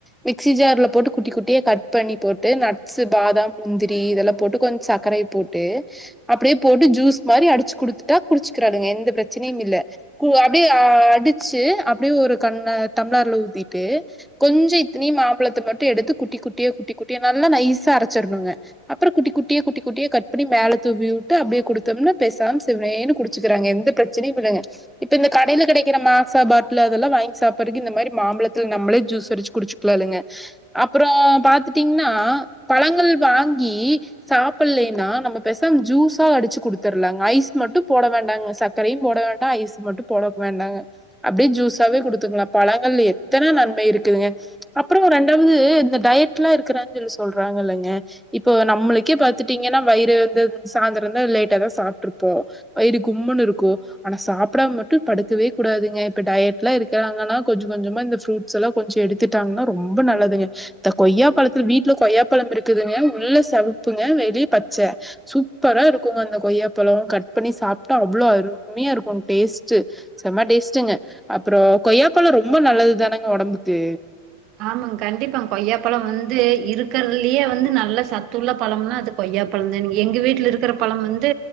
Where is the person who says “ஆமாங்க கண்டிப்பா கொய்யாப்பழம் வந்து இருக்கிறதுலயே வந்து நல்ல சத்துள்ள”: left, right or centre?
Right